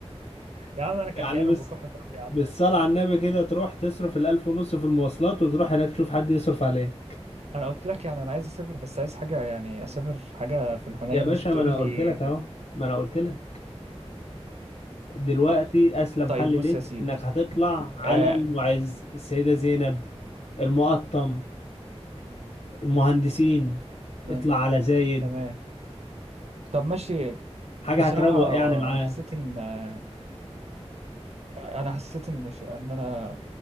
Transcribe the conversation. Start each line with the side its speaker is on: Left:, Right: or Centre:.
Right: يا عم انا كحيان
Left: يعني بس
Right: وبكح تراب يا عم
Left: بالصلاة على النبي كده تروح تصرف الألف ونص في المواصلات وتروح هناك تشوف حد يصرف عليك
Right: انا قلت لك يعني انا عايز اسافر بس عايز حاجة يعني اسافر في حاجة في الحنين
Left: يا باشا
Right: مش تقول
Left: ما أنا
Right: لي
Left: قلت لك أهو ما أنا قلت لك دلوقتي
Right: آه،
Left: اسلم
Right: طيب
Left: حل
Right: بص
Left: ليك
Right: يا سيد
Left: انك هتطلع على
Right: آه،
Left: المعز السيدة زينب المقطم المهندسين
Right: تمام
Left: اطلع على زايد
Right: تمام طب ماشي
Left: حاجة
Right: بصراحة
Left: هتروق يعني معاه
Right: انا حسيت ان آه، انا حسيت ان ش- ان انا